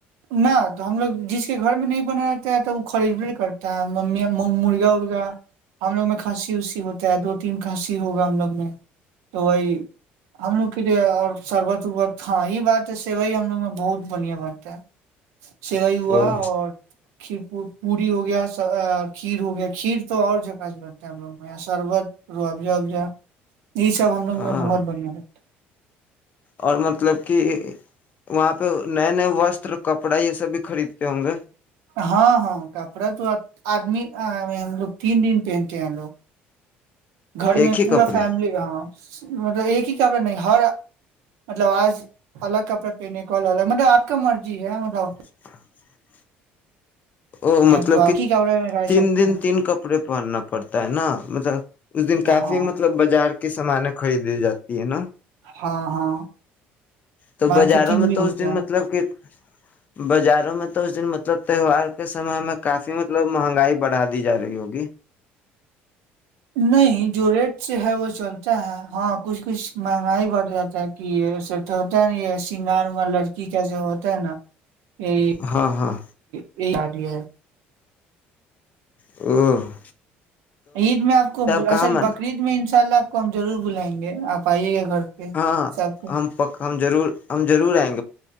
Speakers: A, on the right; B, on the left.
A: نہ تو ہم لوگ جس کے گھر میں نہیں بنا رہتا ہے تو وہ خرید بھی کرتا ہے ممی مرغا ارگا ہم لوگ میں کھانسی وسی ہوتا ہے دو تین کھانسی ہوگا ہم لوگ میں تو وہی ہم لوگ کے لیے اور شربت ربت ہاں یہ بات ہے سوی ہم لوگ میں بہت بڑھیا بنتا اتاا سوئی ہوا
B: او
A: اور ک پ پوری ہو گیا کھیر ہو گیا کھیر تو اور جگہ سے بنتا ہے ہم لوگ میں شربت روح ابزا ابزا یہ سب ہم لوگ
B: ہاں
A: م بہت بڑھیا لگ ہے
B: اور مطلب کہ وہاں پہ نئے نئے وسر کپڑا یہ سب بھی خریدتے ہوں گے
A: ہاں ہاں کپڑا تو آدمی ہم لوگ تین دن پہنتے ہیں ہم لوگ گھر
B: ایک
A: میں
B: ہی
A: پورا
B: کپڑے
A: فیملی ہاں مب ایک ہی کپڑا نہیں ہر مطلب آج الگ کپڑا پہنے کو الگ مطلب آپ کا مرضی ہے مطلب
B: ا <unintelligible> ا مطلب
A: تو آپ
B: کہ
A: ہی کپڑے میں رہ
B: تین
A: سکتے
B: دن
A: ہیں
B: تین کپڑے پہننا پڑتا ہے نا مطلب اس دن کافی
A: ہاں
B: مطلب بازار کے سامان خریدی جاتی ہے نا
A: ہاں ہاں
B: تو
A: مارکیٹنگ
B: بازاروں میں
A: بھی
B: تو
A: ہوتا
B: اس دن
A: ہے
B: مطلب کہ اچھا <inaudible> بازاروں میں تو اس دن جتے ہو آ کے سمے میں کافی مطلب مہنگائی بڑھا دی جا رہی ہوگی
A: نہیں جو ریٹ سے ہے وہ چلتا ہے ہاں کچھ کچھ مہنگائی بڑھ جاتا ہے کہ یہ اسے تو ہوتا ہے نا یہ سنگار وگار لڑکی کیسے ہوتا ہے نا یہ
B: ہاں ہاں
A: یہ آ ہے
B: ا <unintelligible>
A: عید میں آپ کو
B: کہاں
A: سور
B: من
A: بقرعید میں ان شاءلہ آپ کو ہم ضرور بلائیں گے آئیے گا گھر پہ
B: ہاں
A: سب
B: ہم پک ہم ضرور ہم ضرور آئے